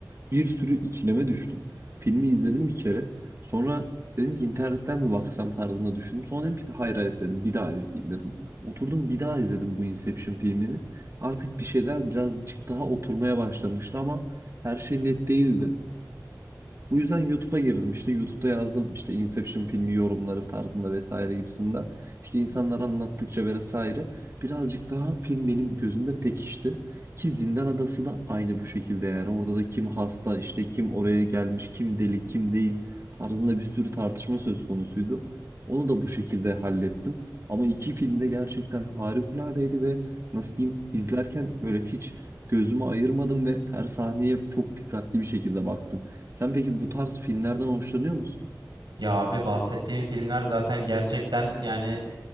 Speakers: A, on the right; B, on the right.
A: bir sürü ikileme düştüm. Filmi izledim bir kere. Sonra dedim ki internetten mi baksam tarzında düşündüm. Sonra dedim ki hayır hayır dedim bir daha izleyeyim dedim. Oturdum bir daha izledim bu Inception filmini. Artık bir şeyler birazcık daha oturmaya başlamıştı ama her şey net değildi. Bu yüzden YouTube'a girdim. İşte YouTube'da yazdım işte Inception filmi yorumları tarzında vesaire gibisinden. İşte insanlar anlattıkça vesaire birazcık daha film benim gözümde pekişti. Ki Zindan Adası da aynı bu şekilde yani. Orada da kim hasta, işte kim oraya gelmiş, kim deli, kim değil tarzında bir sürü tartışma söz konusuydu. Onu da bu şekilde hallettim. Ama iki film de gerçekten harikuladeydi ve nasıl diyeyim izlerken böyle hiç gözümü ayırmadım ve her sahneye çok dikkatli bir şekilde baktım. Sen peki bu tarz filmlerden hoşlanıyor musun?
B: Ya abi bahsettiğim filmler zaten gerçekten yani